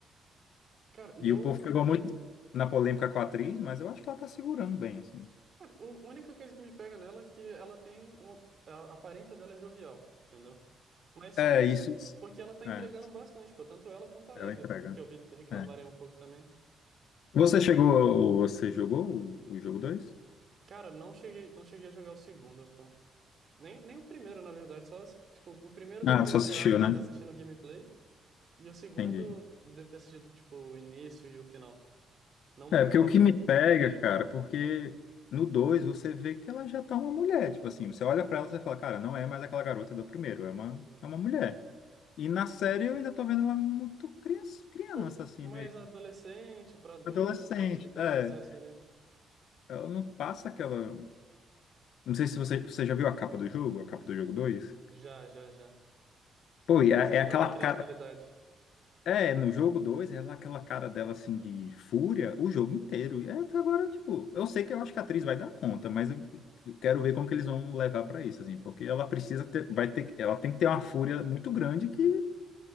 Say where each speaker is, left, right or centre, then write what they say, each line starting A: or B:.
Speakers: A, on the right; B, on the left.
A: Cara, e
B: e
A: eu...
B: o povo pegou muito na polêmica com a atriz, mas eu acho que ela tá segurando bem, assim.
A: Cara, o- a única coisa que me pega nela é que ela tem uma... A aparência dela é jovial, entendeu? Mas só
B: É,
A: isso,
B: isso.
A: porque ela tá entregando
B: É,
A: bastante, pô, tanto ela quanto a
B: ela
A: Abby,
B: entrega.
A: pô, que eu vi reclamarem
B: É.
A: um pouco também.
B: Você chegou, você jogou o, o jogo 2?
A: Cara, não cheguei, não cheguei a jogar o segundo, pô. Nem, nem o primeiro, na verdade, só, assi- tipo, o primeiro deve
B: Ah,
A: ter
B: tu só
A: zerado
B: assistiu, né?
A: assistindo o gameplay, e o segundo
B: Entendi.
A: deve ter assistido, tipo, o início e o final, não muito
B: É, porque
A: do
B: o que
A: meio.
B: me pega, cara, porque no 2 você vê que ela já tá uma mulher, tipo assim, você olha pra ela e você fala, cara, não é mais aquela garota do primeiro, é uma,
A: Uhum.
B: é uma mulher. E na série eu ainda tô vendo ela muito criança, criança
A: Tipo,
B: assim,
A: mais
B: né?
A: adolescente pra adulto,
B: Adolescente,
A: tem aquele
B: é.
A: processo ali.
B: Ela não passa aquela. Não sei se você, você já viu a capa do jogo, a capa do jogo dois,
A: Já, já, já.
B: Pô,
A: Ela não
B: e
A: passa
B: é,
A: tanta
B: é aquela
A: credibilidade.
B: cara. É, no jogo 2, ela é aquela cara dela assim de fúria o jogo inteiro. E é, até agora, tipo, eu sei que eu acho que a atriz vai dar conta, mas eu eu quero ver como que eles vão levar pra isso, assim, porque
A: Uhum.
B: ela precisa ter, vai ter, ela tem que ter uma fúria muito grande que, não